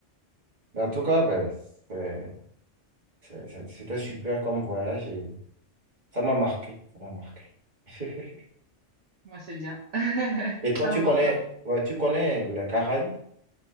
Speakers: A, on the right (about 35°); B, on the right (about 70°).
A: Mais en tout cas, ben, c'est- c'est- c'est- c'était super comme voyage et ça m'a marqué. Ça m'a marqué. <laughs>
B: Moi, c'est bien. <laughs>
A: Et toi,
B: C'est important.
A: tu connais, ouais, tu connais les Caraïbes?